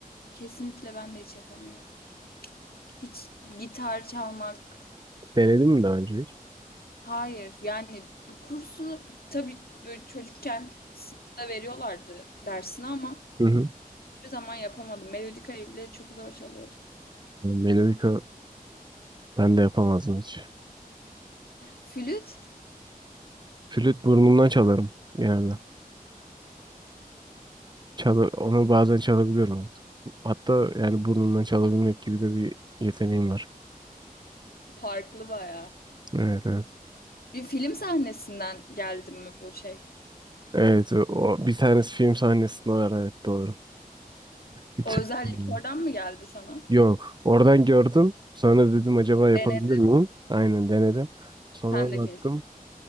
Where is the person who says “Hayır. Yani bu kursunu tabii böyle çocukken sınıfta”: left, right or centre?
Left